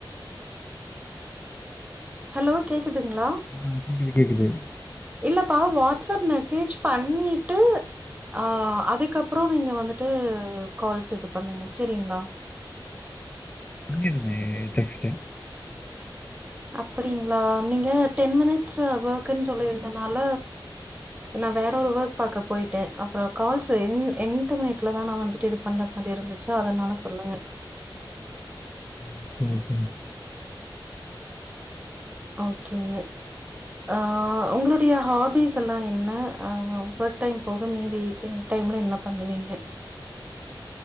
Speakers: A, on the right; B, on the left.
A: ஹலோ கேக்குதுங்ளா
B: ஆ கேக்குது கேக்குது
A: இல்லப்பா வாட்ஸ் அப் மெசேஜ் பண்ணிட்டு ஆ அதுக்கப்றோ நீங்க வந்துட்டு கால்ஸ் இது பண்ணுங்க சேரிங்ளா
B: பண்ணிருவே டெக்ஸ்ட்டு
A: அப்டிங்ளா நீங்க டென் மினிட்ஸ் வொர்க்னு சொல்லிருந்தனால நா வேறொரு ஒர்க் பாக்க பொய்ட்டே அப்றோ கால்ஸு எண் எண்ட்மிண்ட்ல தா நா வந்துட்டு இது பண்ண மாறி இருந்துச்சா அதனால சொல்லுங்க
B: ஓகே ஓகேங்க
A: ஓகேங்க ஆ உங்களுடைய ஹாபிஸ்ஸெல்லா என்ன ஆ ஒர்க் டைம் போக மீதி டைம்ல என்ன பண்ணுவீங்க